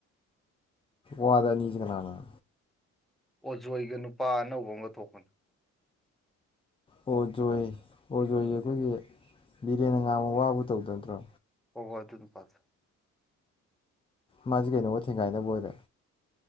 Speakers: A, on the left; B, in the centre.
A: ꯋꯥꯗ ꯑꯅꯤꯁꯤ ꯀꯅꯥꯅ
B: ꯑꯣꯖꯣꯏꯒ ꯅꯨꯄꯥ ꯑꯅꯧꯕ ꯑꯃꯒ ꯊꯣꯛꯄꯅꯦ
A: ꯑꯣ ꯖꯣꯏ ꯑꯣ ꯖꯣꯏꯁꯦ ꯑꯩꯈꯣꯏꯒꯤ ꯕꯤꯔꯦꯅ ꯉꯥꯡꯕ ꯋꯥꯕꯨ ꯇꯧꯗꯣ ꯅꯠꯇ꯭ꯔꯣ
B: ꯍꯣ ꯍꯣ ꯑꯗꯨꯅ ꯅꯨꯄꯥꯗꯣ
A: ꯃꯥꯁꯦ ꯀꯩꯅꯣꯒ ꯊꯦꯡꯒꯥꯏꯅꯕ ꯑꯣꯏꯔꯦ